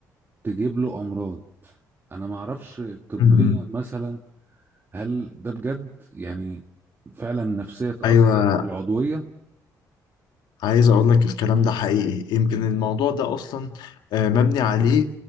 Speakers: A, on the right; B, on the left.
A: تجيب له امراض انا معرفش طبيا
B: م- م.
A: مثلا هل ده بجد يعني فعلا نفسية تأثر
B: ايوه
A: في العضوية؟
B: عايز اقول لك الكلام ده حقيقي يمكن الموضوع ده اصلا آه، مبني عليه